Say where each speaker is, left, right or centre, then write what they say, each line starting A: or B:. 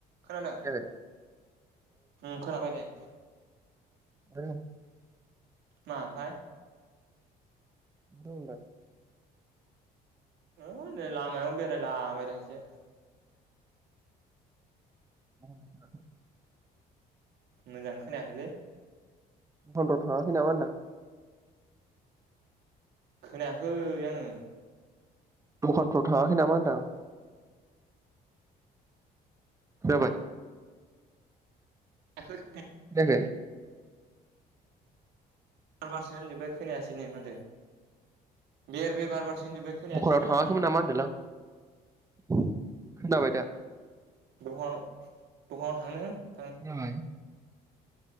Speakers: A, on the right; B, on the right.
A: खोनादों
B: जाबाय
A: उम खोनाबाय दे
B: <unintelligible>
A: मा ओमफ्राय
B: <unintelligible>
A: हो नै लामायाव बेरायला बायदों एसे
B: <unintelligible>
A: मोजां खोनायाखैलै
B: <unintelligible> थांखै नामा होन्दों आं
A: खोनायाखै आङो।
B: दखानफ्राव थाङाखै नामा होनदां। जाबाय।
A: <unintelligible>
B: <unintelligible>
A: बारबारसो होनजोब्बाय खोनायासै नो माथो। <unintelligible> खोनायासैनो
B: दुखानाव थाङाखैमोन
A: आंना
B: नामा होनदों लां खोनाबाय दा।
A: दखान दखानाव थांनो।
B: जाबाय।